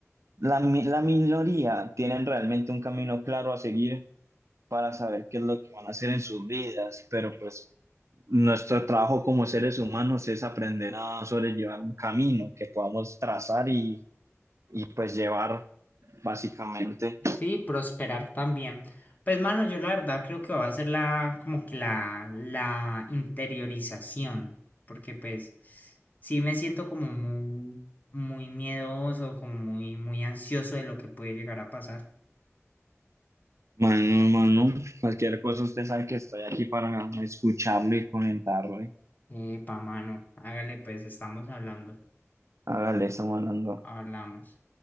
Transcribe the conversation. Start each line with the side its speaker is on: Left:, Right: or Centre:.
Right: la, mi- la minoría tienen realmente un camino claro a seguir para saber qué es lo que van a hacer en sus vidas, pero pues nuestro trabajo como seres humanos es aprender a sobrellevar un camino que podamos trazar y, y pues llevar básicamente
Left: Sí, prosperar también. Pues, mano, yo la verdad creo que va a ser la, como que la, la interiorización, porque pues sí me siento como muy, muy miedoso, como muy, muy ansioso de lo que puede llegar a pasar.
Right: mano a mano. Cualquier cosa, usted sabe que estoy aquí para escucharlo y comentarlo. ¿eh?
Left: Epa, mano, hágale pues, estamos hablando,
Right: Hágale, estamos hablando.
Left: hablamos.